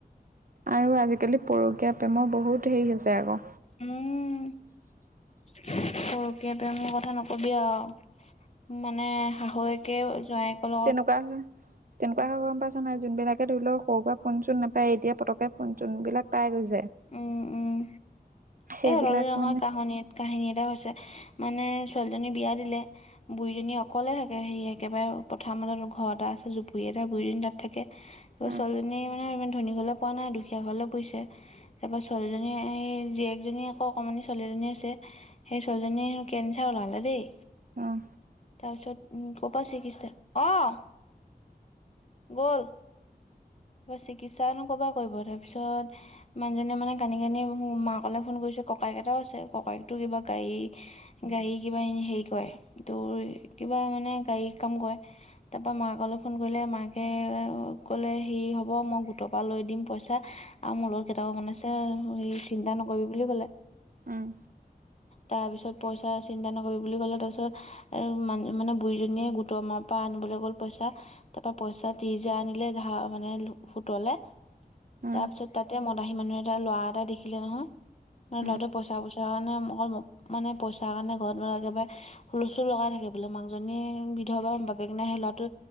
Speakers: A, on the right; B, on the left.
A: আৰু আজিকালি পৰকীয়া প্ৰেমৰ বহুত হেৰি হৈছে আকৌ
B: উম পৰকীয়া প্ৰেমৰ কথা নকবিয়ে আও, মানেহ শাহুৱেকে জোৱায়েকৰ লগত
A: কোৱা না তেনেকুৱা হয়গৈ গম পাইছ নাই যোনবিলাকে ধৰি লও সৰুৰ পৰা ফোন চোন নাপায় এতিয়া পতককে ফোন-চোন বিলাক পাই গৈছ
B: উম-উম,
A: সেইবিলাক
B: এ ৰ'ল ল্যঙত
A: মানে
B: কাহনী, কাহিনী এটা হৈছে মানে ছোৱালীজনী বিয়া দিলে বুৰীজনী অকলে থাকে সেই একেবাৰে পথাৰ মাজত ঘৰ এটা আছে জুপুৰি এটা বুৰীজনী তাত থাকে পা-ছোৱালীজনীয়ে
A: উম
B: মানে ইমান ধনী ঘৰলৈ পোৱা নাই দুখীয়া ঘৰলৈ পৰিছে তাৰপৰা ছোৱালীজনী হেই জীয়েকজনী আকৌ অকমানি ছোৱালীজনী আছে সেই ছোৱালীজনীৰ কেঞ্চাৰ ওলালে দেই
A: উম
B: তাৰছত উম কৌ'পা চিকিৎসা অহ গ'ল, পা চিকিৎসানো কৰপা কৰিব তাৰপিছত মানুহজনীয়ে মানে কানি-কানি মোৰ মাকলে ফোন কৰিছে ককাইক এটাও আছে ককাইকতো কিবা গা'ই গাড়ী কিবা এনে হেৰি কৰে তোৰ কিবা মানে গাড়ী কাম কৰে তা'প্পা মাকলৈ ফোন কৰিলে মাকে ক'লে আও ক'লে হেই হ'ব ম গোটৰপা লৈ দিম পইচা আও মোৰ লগৰ কেটাওমন আছে হ-হেৰি চিন্তা নকৰিবি বুলি ক'লে
A: উম
B: তাৰ পিছত পইচা চিন্তা নকৰিবি বুলি ক'লে তাৰছত আৰু মান-মানে বুৰীজনীয়ে গোটৰমাপা আনিবলৈ গ'ল পইচা তাপা পইচা তিৰিশজা আনিলে ধাৰ মানে লুহ, সুতলে
A: উম
B: তাৰ পিছত তাতে মদাহী মানুহ এটাৰ ল'ৰা এটা দেখিলে নহয়, নাই
A: উম
B: ল'ৰাটোৱে পইচা বস্ তেৱানে মই মপ, মানে পইচাৰ কাৰণে ঘৰত কিবা লাগিব পাৰে হুলস্থুল লগাই থাকে বোলে মাকজনীয়ে আৰু বিধবা বাপেক নাই সে-ল'ৰাটো